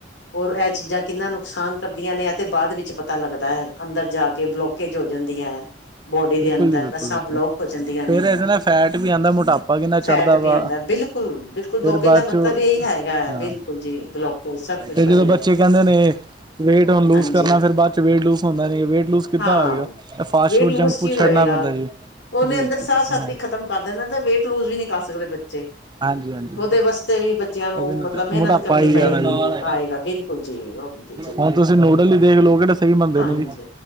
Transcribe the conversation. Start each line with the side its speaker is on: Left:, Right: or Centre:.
Left: ਹੋਰ ਇਹ ਚੀਜ਼ਾਂ ਕਿੰਨਾ ਨੁਕਸਾਨ ਕਰਦੀਆਂ ਨੇ, ਇਹ ਤੇ ਬਾਅਦ ਵਿੱਚ ਪਤਾ ਲੱਗਦਾ ਹੈ ਅੰਦਰ ਜਾ ਕੇ, ਬਲੋਕਜ ਤੇਜ ਹੋ ਜਾਂਦੀਆਂ। ਬੋਡੀ ਦੇ
Right: ਬਿਲਕੁਲ
Left: ਅੰਦਰ
Right: ਜੀ ਬਿਲਕੁਲ
Left: ਨੱਸਾਂ
Right: ਬਿਲਕੁਲ
Left: ਬਲੋਕ ਹੋ ਜਾਂਦੀਆਂ ਨੇ,
Right: ਫੇਰ ਇਹਦੇ ਨਾਲ ਫੈਟ ਵੀ ਆਉਂਦਾ ਮੋਟਾਪਾ ਕਿੰਨਾ ਚੜ੍ਹਦਾ
Left: ਫੈਟ ਵੀ
Right: ਵਾ
Left: ਅੰਦਰ ਬਿਲਕੁਲ ਕੁਲ ਬਿਲਕੁਲ,
Right: ਫਿਰ
Left: ਬਲੋਕੇਜ
Right: ਬਾਅਦ
Left: ਦਾ ਮਤਲਬ
Right: ਚੋਂ
Left: ਇਹੀ ਹੈਗਾ
Right: ਹਾਂ
Left: ਬਿਲਕੁਲ ਜੀ ਬਲੋਕੇਜ ਕੁਛ
Right: ਤੇ
Left: ਵਧੀਆ
Right: ਜਦੋਂ ਬੱਚੇ ਕਹਿੰਦੇ ਨੇ ਵੇਟ ਹੁਣ ਲੂਜ
Left: ਹਾਂਜੀ
Right: ਕਰਨਾ ਫਿਰ ਬਾਅਦ ਚ ਵੇਟ ਲੂਸ ਹੁੰਦਾ ਨੀ ਵੇਟ ਲੂਸ ਕਿੱਦਾਂ
Left: ਹਾਂ
Right: ਹੋਇਗਾ। ਇਹ fast
Left: weight
Right: food
Left: lose
Right: junk food
Left: ਕੀ
Right: ਛੱਡਣਾ
Left: ਹੋਏਗਾ
Right: ਪੈਂਦਾ ਜੀ
Left: ਉਹਨੇ
Right: ਜੀ
Left: ਅੰਦਰ ਸਾਹ
Right: ਜੀ
Left: ਸਤ
Right: ਹੈ
Left: ਹੀ ਖ਼ਤਮ ਕਰ ਦੇਣਾ ਤੇ ਵੇਟ ਲੂਜ ਵੀ ਨਹੀਂ ਕਰ ਸਕਦੇ ਬੱਚੇ।
Right: ਹਾਂਜੀ ਹਾਂਜੀ
Left: ਉਹਦੇ ਵਾਸਤੇ ਵੀ ਬੱਚਿਆਂ ਨੂੰ
Right: ਇਹਦੇ ਨਾਲ
Left: ਮਤਲਬ
Right: ਤਾਂ
Left: ਮਿਹਨਤ।
Right: ਮੋਟਾਪਾ
Left: ਕਰਨੀ
Right: ਹੀ
Left: ਪਏਗੀ
Right: ਜਾਣਾ ਜੀ
Left: ਆਏਗਾ ਬਿਲਕੁਲ ਜੀ ਉਹ ਕੁਝ
Right: ਹੁਣ ਤੁਸੀਂ ਨੂਡਲ ਹੀ ਦੇਖ ਲਓ ਕਿਹੜੇ ਸਹੀ ਬਣਦੇ
Left: ਹਾਂਜੀ
Right: ਨੇ ਜੀ